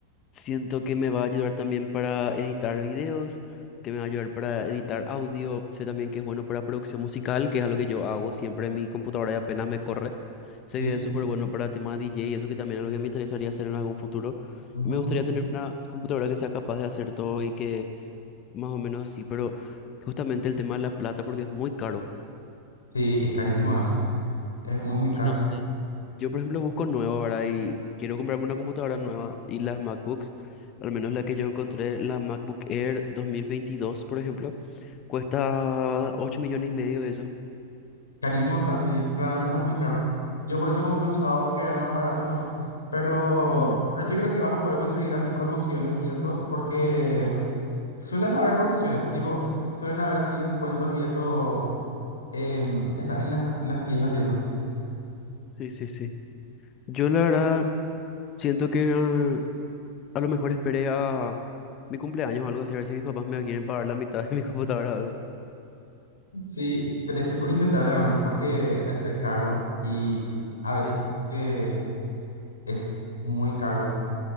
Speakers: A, on the left (about 35°); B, on the left (about 75°).
A: siento que me va a ayudar también para editar videos, que me va a ayudar para editar audio, sé también que es bueno para producción musical, que es algo que yo hago siempre en mi computadora y apenas me corre. Sé
B: Sí,
A: que es súper bueno para tema DJ y eso que también es algo que me interesaría hacer en algún futuro.
B: ujú.
A: Y me gustaría tener una computadora que sea capaz de hacer todo y que más o menos así, pero justamente el tema de la plata porque es muy caro.
B: Sí, es carísimo eso. Es muy, muy
A: Y
B: caro.
A: no sé. Yo, por ejemplo, busco nuevo, ¿verdad? Y quiero comprarme una computadora nueva. Y las MacBooks, al menos la que yo encontré, la MacBook Air 2022 por ejemplo, cuesta 8 millones y medio de eso.
B: Carísimo está, sí. Realmente está muy
A: Ujú.
B: caro. Yo por eso compré usado porque era más barato nomás. Pero,
A: Mm,
B: pero yo creo que vas a poder conseguir así promociones y eso, porque suelen haber promociones, tipo, suelen haber así descuentos y eso em, en la- en las, las tiendas y eso.
A: Sí, sí, sí. Yo la verdad siento que eh, a lo mejor esperé a mi cumpleaños o algo así, a ver si mis papás me quieren pagar la mitad de mi computadora o algo.
B: Sí, tenés que pro- intentar realmente porque es, es caro y a
A: Sí.
B: veces como que es muy caro.